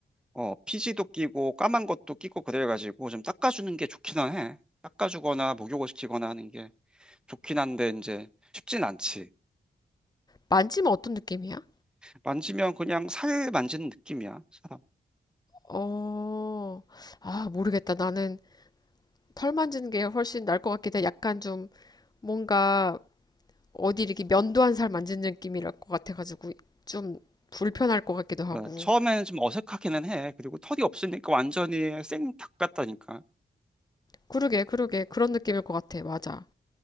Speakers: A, in the centre; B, on the left (about 20°).
A: 어, 피지도 끼고 까만 것도 끼고 그래가지고 좀 닦아주는 게 좋기는 해. 닦아주거나 목욕을 시키거나 하는 게. 좋긴 한데 이제 쉽진 않지.
B: 만지면 어떤 느낌이야?
A: 만지면 그냥 살 만지는 느낌이야, 사람.
B: 어, 아, 모르겠다. 나는 털 만지는 게 훨씬 나을 것 같긴 해. 약간 좀 뭔가 어디 이렇게 면도한 살 만지는 느낌이랄 것 같아가지고 좀 불편할 것 같기도 하고.
A: 어, 처음에는 좀 어색하기는 해. 그리고 털이 없으니까 완전히 생닭 같다니까.
B: 그러게, 그러게. 그런 느낌일 것 같아. 맞아.